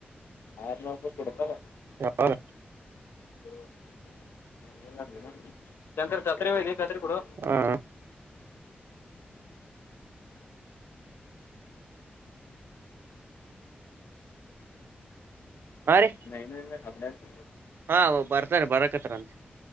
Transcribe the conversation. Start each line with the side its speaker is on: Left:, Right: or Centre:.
Left: ಆರ್ನೂರು ರೂಪಾಯಿ ಕೊಡ್ತಲ್ಲ.
Right: ಯಾವಾಗ
Left: <unintelligible> ಶಂಕರ್ ಕತ್ರಿ ಓಯ್ದಿ ಕತ್ರಿ ಕೊಡು.
Right: ಹ್ಮಾ ಹಾ ರೀ
Left: <unintelligible> ಹದ್ಮೆಂಟ್
Right: ಹಾ ಬರ್ತಾರೆ ಬರಾಕತ್ತರಂತೆ